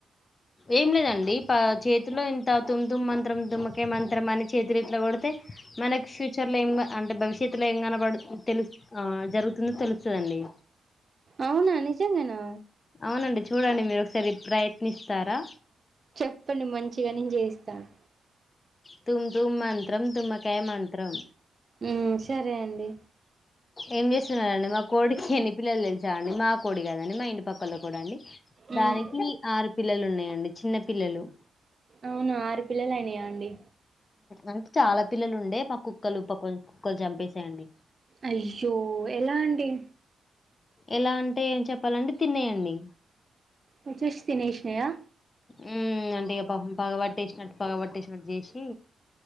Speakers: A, on the left; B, on the right.
A: ఏం లేదండి ప చేతిలో ఇంత తుమ్ తమ్ మంత్రం తుమ్మకే మంత్రం అని చేతి లో ఇట్ల కొడితే మనకు ఫ్యూచర్ లో ఏం అంటే భవిష్యత్తులో ఏం కనపడు తెలు ఆ జరుగుతుందో తెలుస్తుందండి
B: అవునా నిజంగానా
A: అవునండి చూడండి మీరు ఒకసారి ప్రయత్నిస్తారా
B: చెప్పండి మంచిగా నేను చేయిస్తాను
A: తుమ్ తుమ్ మంత్రం తుమ్మకై మంత్రం
B: ఉ సరే అండి
A: ఏం చేస్తున్నారండి మా కోడికి ఎన్ని పిల్లలు తెల్సా అండి మా కోడి కదండి మా ఇంటి పక్క ఒక్కలు కూడా అండి
B: ఉమ్
A: దానికి ఆరు పిల్లలు ఉన్నాయండి చిన్న పిల్లలు
B: అవునా ఆరు పిల్లలు అయినాయా అండి
A: అంటే చాలా పిల్లలు ఉండే ప కుక్కలు ప కొంచ కుక్కలు చంపేసేయండి
B: అయ్యో ఎలా అండి
A: ఎలా అంటే ఏం చెప్పాలండి తిన్నయండి
B: వచ్చేష్ తినేష్నయా
A: ఉ అంటే ఇగ పాపం పగవట్టేసినట్టు పగబట్టేష్ జేషి